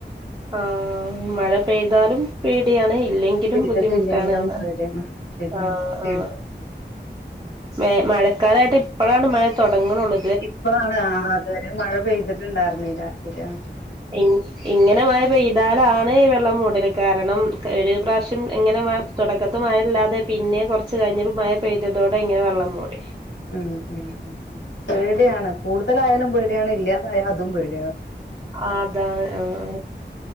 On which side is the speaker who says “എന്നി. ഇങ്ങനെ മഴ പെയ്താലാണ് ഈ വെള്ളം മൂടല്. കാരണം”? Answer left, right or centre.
Right